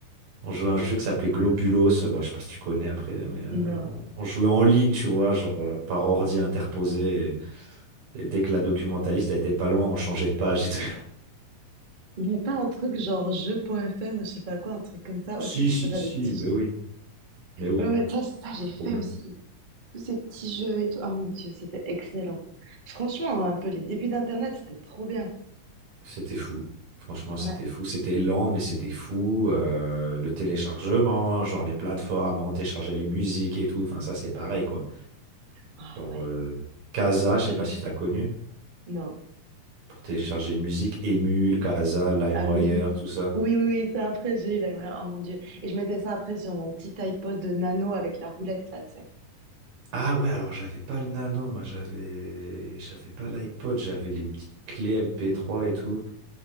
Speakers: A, on the right; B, on the right.
A: On jouait à un jeu qui s'appelait Globulos. Bon, je sais pas si tu connais après, mais euh,
B: Non.
A: on jouait en ligne, tu vois, genre euh, par ordi interposé. Et, et dès que la documentaliste elle était pas loin, on changeait de page. et tout. <laughs>
B: Il n'y avait pas un truc genre jeu point jeu.fr ou je sais pas quoi, un truc comme ça aussi
A: Si,
B: où tu
A: si,
B: peux faire
A: si,
B: des petits
A: ben oui, mais oui,
B: Ouais, ouais, ça, ça
A: c'est
B: j'ai
A: trop
B: fait
A: bien.
B: aussi. Tous ces petits jeux et tout. Oh mon Dieu, c'était excellent. Franchement, un peu les débuts d'Internet, c'était trop bien.
A: C'était fou. Franchement,
B: Ouais.
A: c'était fou. C'était lent, mais c'était fou. Euh, le téléchargement, genre les plateformes, on téléchargeait les musiques et tout. Enfin, ça, c'est pareil, quoi.
B: Ah
A: Genre,
B: ouais,
A: euh, Casa, je
B: tellement.
A: sais pas si t'as connu,
B: Non.
A: pour télécharger une musique, Emule, Casa, LimeWire,
B: Ah oui.
A: tout ça.
B: Oui, oui, oui, ça après, j'ai eu la mémoire. Oh mon Dieu. Et je mettais ça après sur mon petit iPod de nano avec la roulette là, tu sais.
A: Ah ouais, alors j'avais pas le Nano, moi j'avais j'avais pas l'iPod, j'avais les petites clés MP3 et tout.